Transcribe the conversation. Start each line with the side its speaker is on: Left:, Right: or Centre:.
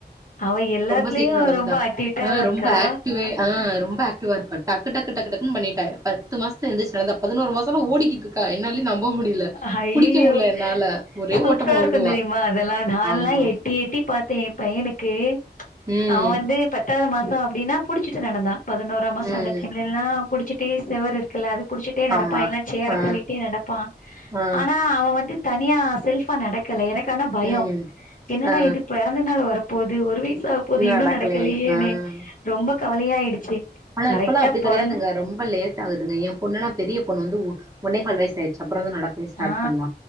Left: அவ எல்லாத்துலயு
Right: ரொம்ப சீக்கிரோ நடந்துட்டா
Left: ரொம்ப ஆக்டிவிட்டா
Right: ஆ
Left: தா இருக்கா
Right: ரொம்ப ஆக்டிவே ஆ ரொம்ப ஆக்டிவா இருக்கா டக்கு டக்கு டக்கு டக்குன்னு பண்ணிட்டா பத்து மாசத்து எந்திருச்சு நடந்தா பதினோரு மாசம்மா ஓடிக்கிட்டுருக்கா என்னாலே நம்ப முடியல
Left: ஹய்யிய்யோ
Right: புடிக்க முடில என்னால ஒரே
Left: சூப்பரா
Right: ஓட்டமா
Left: இருக்கு
Right: ஓடுவா
Left: தெரியும அதெல்லா நான்ல்லா
Right: ஆமா
Left: எட்டி எட்டி பாத் தே எ பையனுக்கு
Right: ம்
Left: அவ வந்து பத்தாது மாசோ அப்டினா புடிச்சிட்டு நடந்தா பதினோராம் மாசோ
Right: ம்
Left: அந்த டைம்ல எல்லா புடிச்சுட்டே செவர் இருக்குல்ல அது புடிச்சுட்டே நடப்பான்
Right: ஆமா
Left: எல்லா சேர
Right: ஆ
Left: தள்ளிட்டே நடப் பா
Right: ஆ
Left: ஆனா அவன் வந்து தனியா செல்ஃபா நடக் கல்ல எனக்கானா பயோ
Right: ம்
Left: என்னடா
Right: ஆ
Left: இது பெறந்த நாள் வரப்போது ஒரு வயசாக் போது இன்னு
Right: நடக்கலேன்னு
Left: நடக்கலையேன்னு,
Right: ஆ
Left: ரொம்ப கவலையாயிடுச்சு
Right: ஆனா
Left: கரெக்டா
Right: இப்பெல்லா அப்டி
Left: பொறந்த
Right: கெடையாதுங்க ரொம்ப லேட் டாகுதுங்க எ பொண்ணெல்லா பெரிய பொண்ணு வந்து உ ஒன்னேகால் வய்சாய்ட்ச்சு அப்பறந்தா நடக் வே ஸ்டாட்
Left: ஆ
Right: பண்ணா